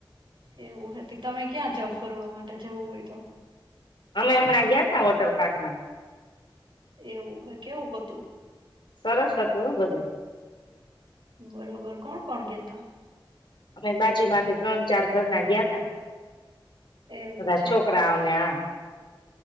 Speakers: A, on the right (about 70°); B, on the left (about 65°).
A: એવું હતી. તમે ક્યાં જાવ ફરવા માટે જવું હોય તો?
B: અમે હમણાં ગયા તા વોટર પાર્કમાં.
A: એવું હ કેવુંક હતું?
B: સરસ હતું હ બધું.
A: બરોબર કોણ કોણ ગયા તા?
B: અમે બાજુમાંથી ત્રણ ચાર ઘર ના ગયા તા.
A: એવું
B: બધા
A: છે
B: છોકરાઓ ને આ